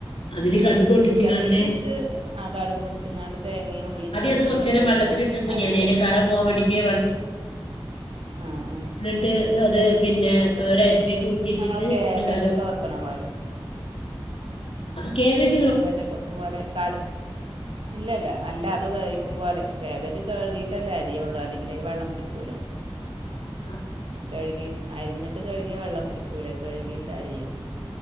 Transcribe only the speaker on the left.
അതില് കടക്
ഒട്ടിച്ചു ഇടണ്ട്
അത്
കുറച്ചു നേരം
വെള്ളത്തിലിട്ടേക്കും
ഞാൻ അതിന്റെ കറ പോകാൻ വേണ്ടിട്ട്
ട്ട് അത് പിന്നെ അരിപ്പേക്ക് ഊറ്റി വെച്ചിട്ട്
പിന്നെ കട
കവ <unintelligible>
ആഹ്